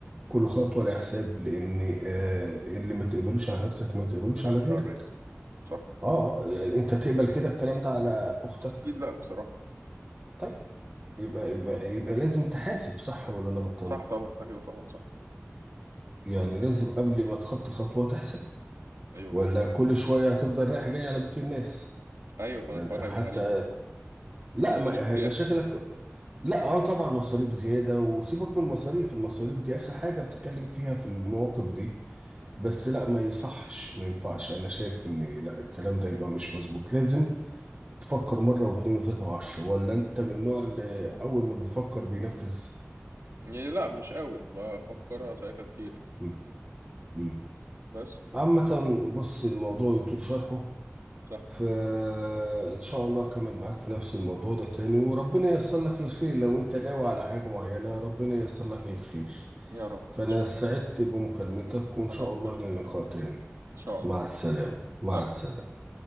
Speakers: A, on the right; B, on the right.
A: كل خطوة لها حساب لان آه اللي ما تقبلوش على نفسك ما تقبلوش
B: تكبرش
A: على غيرك
B: على غيرك صح
A: اه آه، يعني انت تقبل كده الكلام ده على اختك
B: اكيد لا بصراحة
A: طيب يبقى يبقى يبقى لازم تحاسب صح ولا انا غلطان
B: صح طبعا ايوه طبعا صح
A: يعني لازم قبل ما تخطي خطوة تحسب
B: ايوه
A: ولا
B: طبعا
A: كل شوية هتفضل رايح جاي على بيوت الناس
B: ايوه كمان
A: ده
B: الحوار
A: انت حتى
B: هيبقى غريب
A: لا
B: المصاريف
A: ما
B: زيادة
A: هيبقى شكلك لا اه طبعا مصاريف زيادة وسيبك من المصاريف المصاريف دي اخر حاجة بتتكلم فيها في المواقف دي بس لا ما يصحش ما ينفعش انا شايف ان لا الكلام ده يبقى مش مظبوط لازم تفكر مرة واثنين وثلاثة وعشرة ولا انت من النوع اللي اول ما بيفكر بينفذ
B: يعني لا مش قوي بفكرها ساعتها كتير
A: مم. مم.
B: بس
A: عامة بص الموضوع يطول شرحه
B: صح
A: فإن شاء الله أكمل معاك في نفس الموضوع ده تاني وربنا ييسر لك الخير لو أنت ناوي على
B: يا
A: حاجة
B: رب
A: معينة ربنا ييسر لك الخير
B: يا رب ان
A: فأنا
B: شاء
A: سعدت
B: الله
A: بمكالمتك وإن شاء
B: انا اكتر
A: الله لنا
B: انا
A: لقاء
B: اكتر
A: تاني
B: ان شاء
A: مع
B: الله
A: السلامة مع
B: سلام
A: السلامة